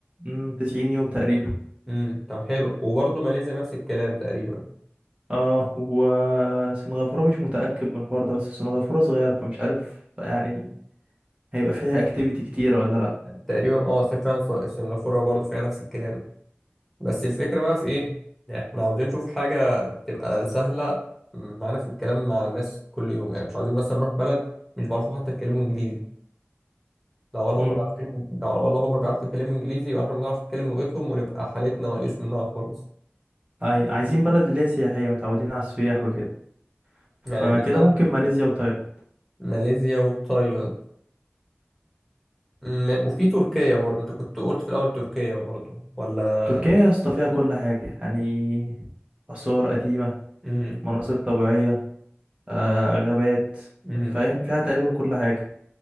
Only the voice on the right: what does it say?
امم 90 يوم تقريبا
اه وسنغافوره مش متاكد من الحوار ده بس سنغافوره صغيره فمش عارف يعني هيبقى فيها اكتيفيتي كتيره ولا لا
امم
اي عايزين بلد اللي هي سياحيه متعودين على السياح وكده
فكده
ممكن ماليزيا وتايلاند
تركيا يا اسطى فيها كل حاجه يعني آثار قديمة
مناظر طبيعية آه غابات
فاهم فيها تقريبا كل حاجة